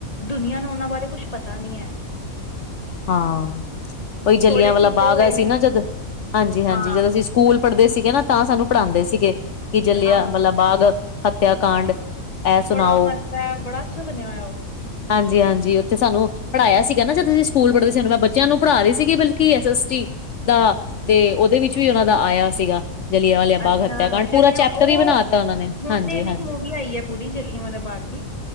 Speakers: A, on the left; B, on the left.
A: ਦੁਨੀਆਂ ਨੂੰ ਉਹਨਾਂ ਬਾਰੇ ਕੁਛ ਪਤਾ ਨਹੀ ਹੈ।
B: ਹਾਂ ਕੋਈ ਜਲਿਆ
A: ਥੋੜੇ
B: ਵਾਲਾ
A: ਛਿਪੇ
B: ਬਾਗ
A: ਹੋਏ
B: ਸੀ
A: ਨੇ
B: ਨਾ ਜਦ ਹਾਂਜੀ -ਹਾਂਜੀ
A: ਹਾਂ
B: ਜਦ ਅਸੀ ਸਕੂਲ ਪੜ੍ਹਦੇ ਸੀਗੇ ਨਾ ਤਾਂ ਸਾਨੂੰ ਪੜ੍ਹਾਉਦੇ ਸੀਗੇ ਕਿ ਜਲਿਆਂ
A: ਆਹੋ
B: ਵਾਲਾ ਮਤਲਬ ਬਾਗ ਹਤਿਆ ਕਾਂਡ ਇਹ ਸੁਣਾਓ
A: ਬੜਾ ਮਸਾ ਆ ਬੜਾ ਅਛਾ ਬਨਿਆ ਹੋਇਆ ਉਹ
B: ਹਾਂਜੀ ਹਾਂਜੀ ਉਥੇ ਸਾਨੂੰ ਪੜ੍ਹਾਇਆ ਸੀਗਾ ਨਾ ਜਦੋ ਸਕੂਲ ਪੜ੍ਹਦੇ ਸੀ ਮੈਂ ਬੱਚਿਆਂ ਨੂੰ ਪੜ੍ਹਾ ਰਹੀ ਸੀਗੀ ਬਲਕਿ ਐਸ ਐਸ ਟੀ ਦਾ
A: ਉਹ
B: ਤੇ ਉਹਦੇ ਵਿਚ ਛੁਈ ਹੋਰਾ ਦਾ ਆਇਆ ਸੀਗਾ ਜਲਆ ਵਾਲਆ
A: ਅੱਛਾ
B: ਬਾਗ਼ ਹਤਿਆ ਕਡ
A: ਜਲਿਆਂ
B: ਪੂਰਾ ਚੈਪਟਰ
A: ਉਹ
B: ਹੀ ਬਣਾ ਤਾ ਉਹਨਾ ਨੇ
A: ਹੁਣ
B: ਹਾਂਜੀ
A: ਤੇ ਇਹਦੀ
B: ਹਾਂਜੀ
A: ਮੂਵੀ ਆਈ ਹੈ ਪੂਰੀ ਜਲਿਆਂ ਵਾਲਾ ਬਾਗ ਦੀ